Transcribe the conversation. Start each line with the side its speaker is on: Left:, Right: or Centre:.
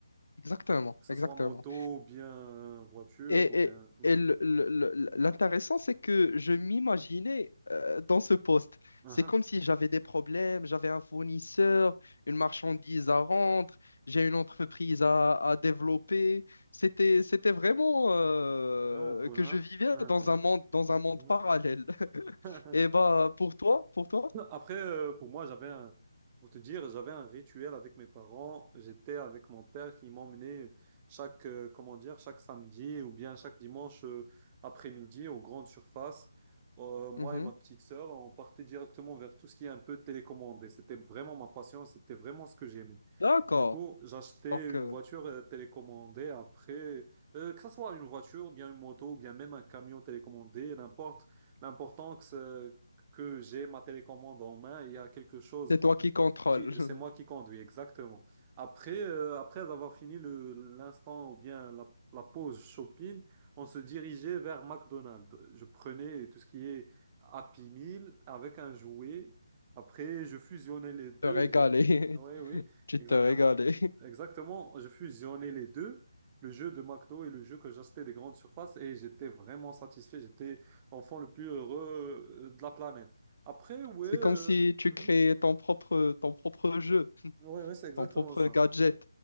Left: Exactement,
Right: Que ce
Left: exactement.
Right: soit moto, ou bien euh, voiture,
Left: Et,
Right: ou bien...
Left: et-
Right: Mhm.
Left: et le- le- le- l'intéressant, c'est que je m'imaginais euh, dans ce poste.
Right: Ah,
Left: C'est
Right: ah.
Left: comme si j'avais des problèmes, j'avais un fournisseur, une marchandise à rendre, j'ai une entreprise à, à développer. C'était, c'était vraiment euh,
Right: C'est vraiment cool,
Left: que
Right: hein?
Left: je vivais
Right: Ah,
Left: dans
Right: oui.
Left: un monde, dans un monde
Right: Mhm.
Left: parallèle. <laughs>
Right: <laughs>
Left: Et bah pour toi, pour toi?
Right: Après, euh, pour moi, j'avais un, pour te dire, j'avais un rituel avec mes parents. J'étais avec mon père qui m'emmenait chaque, euh, comment dire, chaque samedi ou bien chaque dimanche euh, après-midi aux grandes surfaces. Euh, moi
Left: Mhm.
Right: et ma petite sœur, on partait directement vers tout ce qui est un peu télécommandé. C'était vraiment ma passion, c'était vraiment ce que j'aimais.
Left: D'accord.
Right: Du coup, j'achetais
Left: Donc,
Right: une
Left: euh,
Right: voiture euh, télécommandée après, euh, que ce soit une voiture, bien une moto, ou bien même un camion télécommandé, n'importe. L'important que c'est que j'ai ma télécommande en main, il y a quelque chose
Left: c'est toi qui contrôles.
Right: qui-
Left: <laughs>
Right: c'est moi qui conduis, exactement. Après, euh, après avoir fini le, l'instant ou bien la, la pause shopping, on se dirigeait vers McDonald's. Je prenais tout ce qui est Happy Meal avec un jouet. Après, je fusionnais les deux
Left: Te régaler.
Right: et j'étais... Oui,
Left: <laughs>
Right: oui,
Left: Tu
Right: exactement.
Left: te régales.
Right: Exactement, je fusionnais les deux, le jeu de McDo et le jeu que j'achetais des grandes surfaces et j'étais vraiment satisfait. J'étais l'enfant le plus heureux euh, de la planète. Après, ouais...
Left: C'est
Right: euh,
Left: comme si tu
Right: mhm.
Left: créais ton propre, ton propre jeu,
Right: Ouais, ouais, c'est exactement
Left: ton propre
Right: ça.
Left: gadget.